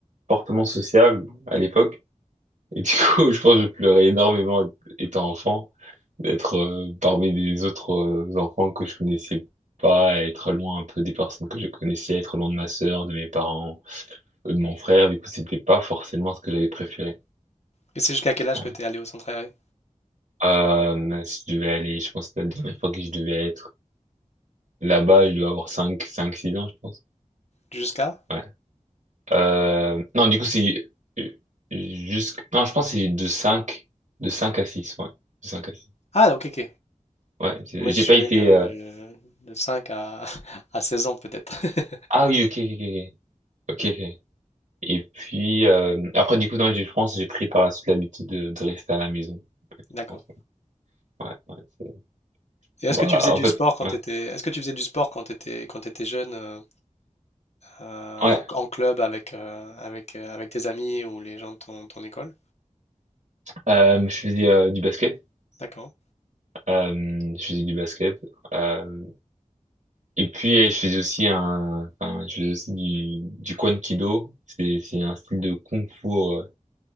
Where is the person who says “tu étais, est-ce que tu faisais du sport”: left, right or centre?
Left